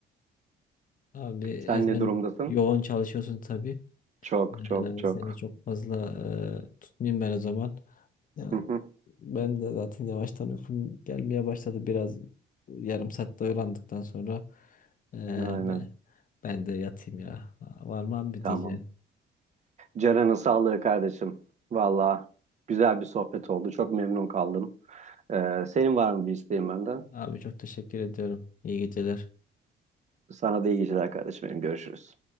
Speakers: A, on the left; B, on the right.
A: Abi e,
B: Sen
A: sen
B: ne durumdasın?
A: yoğun çalışıyorsun tabii.
B: Çok
A: Ee,
B: çok çok.
A: seni çok fazla e, tutmayayım ben o zaman. Ya,
B: Hı hı.
A: ben de zaten yavaştan uykum gelmeye başladı. Biraz yarım saatte uyandıktan sonra e,
B: Aynen.
A: be, ben de yatayım ya. Var mı abi
B: Tamam.
A: diyeceğim.
B: Ceren'in sağlığı kardeşim. Valla güzel bir sohbet oldu. Çok memnun kaldım. Ee, senin var mı bir isteğin benden?
A: Abi çok teşekkür ediyorum. İyi geceler.
B: Sana da iyi geceler kardeşim benim. Görüşürüz.